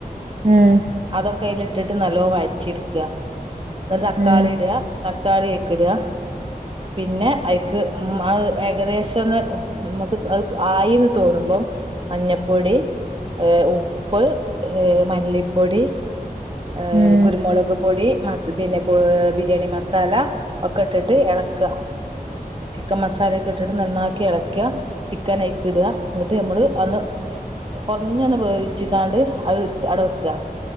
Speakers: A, on the right; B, on the right.
A: ഉം.
B: അതൊക്കെ അയിലിട്ടിട്ട് നല്ലോ വയറ്റിയെട്ക്ക എന്നട്ട് തക്കാളി
A: ഉം
B: ഇട്അ തക്കാളിയൊക്കെട്അ പിന്നെ അയിക്ക് ഉം അത് ഏകദേശൊന്ന് നമക്ക് അ് ആയീന്ന് തോന്നുമ്പം മഞ്ഞപ്പൊടി ഏഹ് ഉപ്പ് ഏഹ് മല്ലിപ്പ് പൊടി ഏഹ്
A: ഉം
B: കുരുമൊളക് പൊടി മസ് ത് പിന്നെ പൊ അഹ് ബിരിയാണി മസാല ഒക്കെട്ടിട്ട് എളക്ക്അ. ചിക്കൻ മസാലയൊക്കിട്ടിട്ട് നന്നാക്കിയെളക്ക്യാ ചിക്കനയിക്കിട്അ എന്നിട്ട് ഞമ്മള് അന്ന് കൊറഞ്ഞൊന്ന് വേവിച്ച് കാണ്ട് അത് എട്ത്ത് അട വെക്ക്അ.